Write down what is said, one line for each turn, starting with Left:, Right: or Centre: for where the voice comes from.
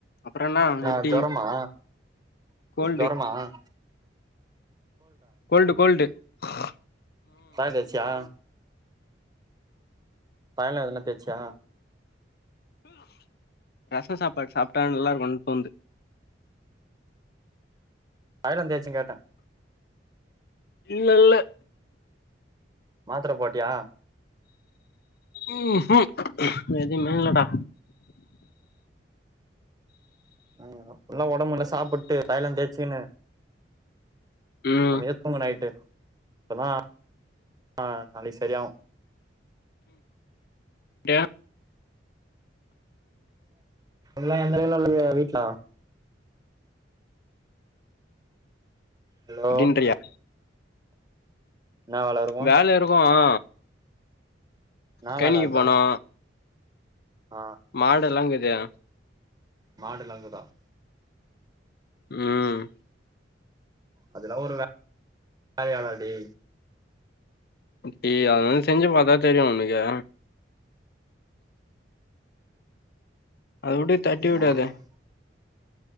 Left: அப்புறம்னா
Right: நஹ
Left: எப்டி
Right: ஜரமா
Left: கோல்டு
Right: ஜரமா <inaudible>
Left: கோல்டு கோல்டு ஆஹ
Right: தாய தேச்சியா பயலாம் எதனா தேச்சியா
Left: ரசம் சாப்பாடு சாப்பிட்டான் நல்லா இருக்கும் தோந்து
Right: வயிலந்தயாச்சும் கேட்டேன்
Left: இல்ல இல்ல
Right: மாத்திர போட்டியா
Left: உஉஹ் எது இல்லடா
Right: உஹம் அப்படல்லாம் உடம்புல்ல சாப்பிட்டு தைய்லந்து தேய்ச்சுிக்கன்னு
Left: ம்
Right: அமக்கங்க நைய்ட்டு இப்பதான் ஆஹ் நாளைக்கு சரியாகும்
Left: அட
Right: எந்த வீட்ல ஹலோ
Left: அப்படின்றியா
Right: என்னா வேல இருக்கு
Left: வேலை இருக்கும் <inaudible>
Right: என்னா
Left: கனிக்கு
Right: வேல அதா
Left: போனோ
Right: ஆ
Left: மாடலாங்குது
Right: மாடுலங்குதான்
Left: உம் உம்
Right: அதெல்லாம் ஒரு வேல <inaudible> அடி
Left: டி அத செஞ்சு பாத்தா தெரியும் உனக்கு அது தட்டி விடாதே
Right: ம்